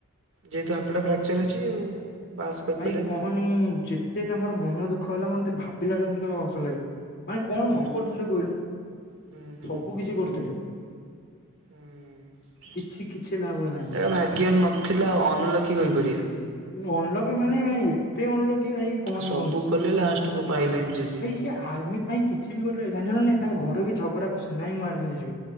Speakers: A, on the right; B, on the left.
A: ଯେହେତୁ ହାତଟା ଫ୍ୟାକ୍ଚର ଅଛି ଆଉ ପାସ୍ କରିପାରିଲେନି
B: ଭାଇ କହନି
A: ଆଉ
B: ଯେତେ ତାଙ୍କର ମନ ଦୁଃ ଖ ହେଲା ମୋତେ ଭାବିଲା ବେଳକୁ ମୋତେ ହସ ଲାଗେ ମାନେ କଣ
A: ହୁଁ
B: ନ କରିଥିଲେ କହିଲୁ।
A: ହୁଁ ହୁଁ
B: ସବୁ କିଛି କରୁଥିଲେ।
A: ହୁଁ
B: କିଛି କିଛି ଲାଭ ହେଲାନି।
A: ଏରା ଭାଗ୍ୟରେ ନଥିଲା ଆଉ ଅନ୍ ଲକୀ କହିପାରିବା।
B: ଅନ୍ ଲକି ମାନେ ମାନେ ଏତେ ଅନ୍ ଲକି ଭାଇ। କହନି
A: ଆ ସବୁ କଲେ ଲାଷ୍ଟକୁୁ ପାଇଲେନି ଯଦି।
B: କି ଆର୍ମି ପାଇଁ କିଛି ବି କରିଦେଲେ ଜାଣିଚୁ ନା ନାଇଁ ତାଙ୍କ ଘରେ ବି ଝଗଡା କରିସନ୍ତି ନାଇଁ ମୁଁ ଆର୍ମିରେ ଯିବି।